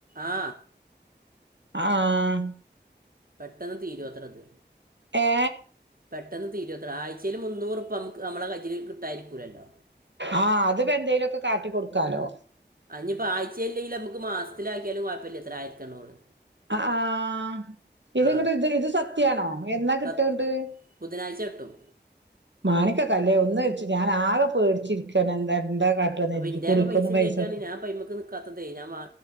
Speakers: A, on the right; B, on the right.
A: ആ
B: ആഹാ
A: പെട്ടെന്ന് തീരോത്ര ഇത്
B: ഏ
A: പെട്ടെന്ന് തീരോത്രെ ആഴ്ചയിൽ മുന്നൂറുപ്യ നമുക്ക് നമ്മളെ കജിൽ കിട്ടായിരിക്കില്ലല്ലോ
B: ആഹ് അത് ഇപ്പോ എന്തേലുമൊക്കെ കാട്ടി കൊടുക്കാലോ
A: ആഹ് ഞ്ഞിപ്പോ ആഴ്ചയില്ലെങ്കിൽ നമുക്ക്‌ മാസത്തിലാക്കിയാലും കുഴപ്പമില്ല ഇത്ര ആയിരത്തി എണ്ണൂറ്
B: ആഹ് ആഹാ ഇത്ങ്ങട്ട്
A: ആ
B: ഇത് ഇത് സത്യമാണോ എന്നാ കിട്ട
A: സത്
B: നിന്നിട്ട്
A: ബുധനാഴ്ച കിട്ടും
B: മാണിക്ക്യക്കല്ലേ ഒന്ന് വെച്ച് ഞാൻ ആകെ പേടിച്ചിരിക്കാണ് എന്താ എന്താ കാട്ടാന്ന്
A: അപ്പൊ
B: കരുതിട്ട്
A: ഇന്റക്കെ
B: കുറിക്കൊന്നും
A: പൈസ ഇല്ലായിട്ടാണ്
B: കൊടുക്ക
A: ഞാൻ പൈമക്ക് നിക്കാത്തത് ഞാൻ